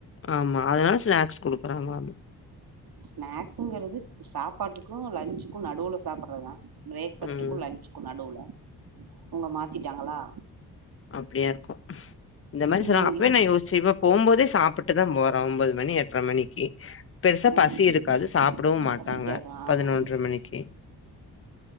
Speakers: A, on the left (about 35°); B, on the right (about 65°).
A: ஆமா அதுனால ஸ்நாக்ஸ் குடுக்கறாங்களாமா
B: ஸ்நாக்ஸுங்கறது சாப்பாட்டுக்கு லன்சுக்கு நடுவுல சாப்பட்றது தா பிரேக் ஃபஸ்ட்டுக்கு
A: ம்.
B: லன்ச்சுக்கு நடுவுல இவங்க மாத்திட்டாங்களா
A: அப்டியா இருக்கு உஹ இந்த மாரி
B: ம்
A: சொன்னாங் அப்வே
B: இவ
A: நா யோசிச்சே இவ போம்போதே சாப்பிட்டு தா போறோ ஒம்போது மணி எட்டர மணிக்கு பெருசா பசி
B: ம்
A: இருக்காது சாப்டவு மாட்டாங்க
B: பசிக்காதா
A: பதினொன்ர
B: ஆமா
A: மணிக்கு